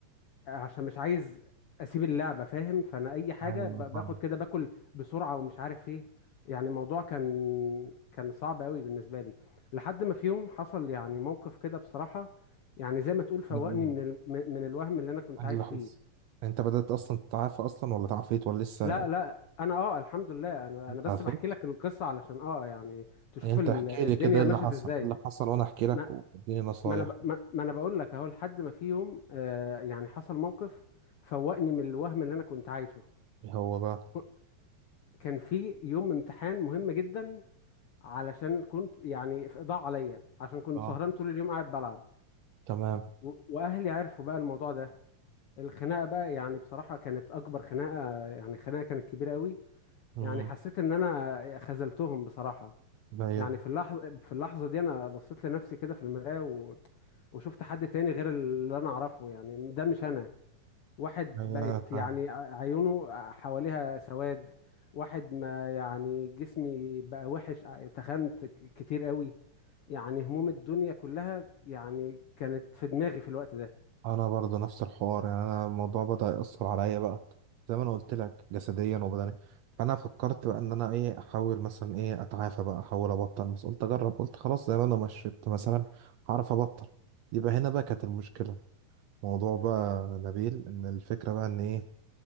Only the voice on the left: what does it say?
عشان مش عايز اسيب اللعبة فاهم فانا اي حاجة
ب-
باخد كده باكل بسرعة ومش عارف ايه يعني الموضوع كان كان صعب قوي بالنسبة لي لحد ما في يوم حصل يعني موقف كده بصراحة يعني زي ما تقول فوقني
من ال... من الوهم اللي انا كنت
عايش
فيه
لا لا انا اه الحمد لله انا انا بس
بحكي لك القصه علشان اه يعني تشوف
ال-
الدنيا
مشت
ازاي
ما
ما انا ب- ما, ما انا بقول لك اهو لحد ما في يوم آه يعني حصل موقف فوقني من الوهم اللي انا كنت عايشه
ك- كان في يوم امتحان مهم جدا علشان كنت يعني ف- ضاع عليا عشان كنت
سهران طول اليوم قاعد بلعب
و- واهلي عرفوا بقى الموضوع ده الخناقه بقى يعني بصراحه كانت اكبر خناقه يعني خناقه كانت كبيره قوي
يعني حسيت ان انا خذلتهم بصراحه
يعني في اللحظة في اللحظة دي أنا بصيت لنفسي كده في المراية و... وشفت حد تاني غير اللي أنا أعرفه يعني ده مش أنا واحد
بقت
يعني عيونه حواليها سواد واحد ما يعني جسمي بقى وحش تخنت ك- كتير قوي يعني هموم الدنيا كلها يعني كانت في دماغي في الوقت ده